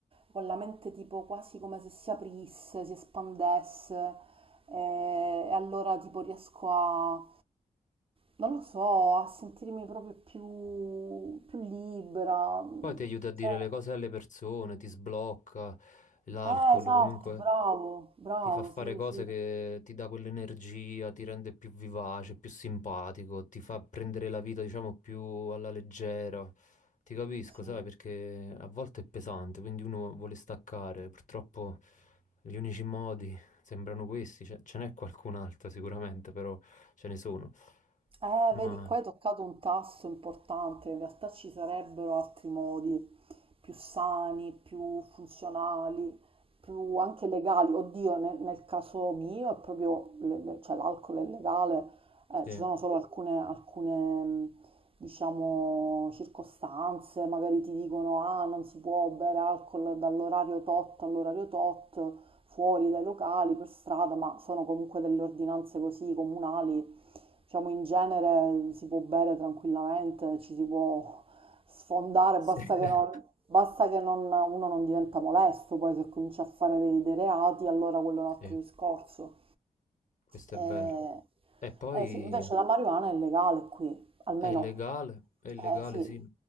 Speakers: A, on the right; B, on the left.
A: con la mente tipo quasi come se si aprisse, si espandesse eh, e allora tipo riesco a, non lo so, a sentirmi proprio più, più libera.
B: Poi ti aiuta a dire
A: Cioè,
B: le cose alle persone, ti sblocca l'alcol,
A: eh, esatto,
B: comunque
A: bravo, bravo,
B: ti fa fare
A: sì,
B: cose
A: sì,
B: che ti dà quell'energia, ti rende più vivace, più simpatico, ti fa prendere la vita, diciamo, più alla leggera. Ti capisco,
A: sì.
B: sai, perché a volte è pesante, quindi uno vuole staccare. Purtroppo gli unici modi sembrano questi, ce ce n'è qualcun altro sicuramente, però ce ne sono.
A: Eh,
B: Ma
A: vedi, qua hai toccato un tasto importante, in realtà ci sarebbero altri modi più sani, più funzionali, più anche legali. Oddio, nel, nel caso mio è proprio, le- le- cioè l'alcol è legale, eh,
B: sì,
A: ci sono solo alcune, alcune, mh, diciamo, circostanze, magari ti dicono, ah, non si può bere alcol dall'orario tot all'orario tot, fuori dai locali, per strada, ma sono comunque delle ordinanze così comunali Diciamo in genere si può bere tranquillamente, ci si può sfondare,
B: sì,
A: basta
B: <laughs>
A: che non, basta che non- uno non diventa molesto, poi se comincia a fare dei, dei reati, allora quello è un altro
B: sì,
A: discorso.
B: questo
A: Eh,
B: è vero. E poi
A: eh sì, invece la marijuana è legale qui, almeno,
B: è illegale, è illegale,
A: eh sì,
B: sì.